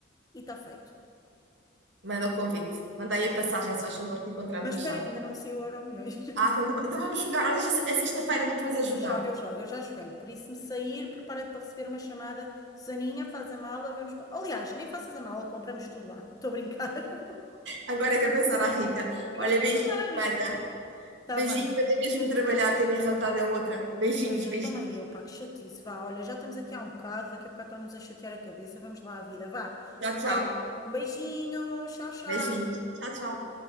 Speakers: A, on the left; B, on the right.
A: e está feito.
B: Manda o convite. Manda aí a passagem, se faz favor, que encontramos-nos
A: Mas espera
B: já.
A: que ainda não me saiu o Euromilhões. <laughs>
B: Ah, então vamos jogar. Olha, já é sexta-feira, vamos fazer
A: Eu
B: jogar.
A: jogo, eu jogo, eu já joguei. Por isso, se me sair, prepara-te para receber uma chamada. Susaninha, faz a mala, vamos para. Aliás, nem faças a mala, compramos tudo lá. Estou a brincar. <laughs>
B: Agora é que é pensar à rica.
A: Agora
B: Olha,
A: é que
B: beijinho,
A: a pessoa era rica.
B: Wanda.
A: Está
B: Beijinho,
A: bem.
B: eu tenho mesmo que trabalhar, que a minha realidade é outra. Beijinhos,
A: Pois é,
B: beijinhos.
A: também eu, pá, que chatice. Vá, olha, já estamos aqui há um bocado, daqui a bocado estão-nos a chatear a cabeça. Vamos lá à vida, vá.
B: Tchau, tchau.
A: Olha, um beijinho, tchau, tchau.
B: Beijinho. Tchau, tchau.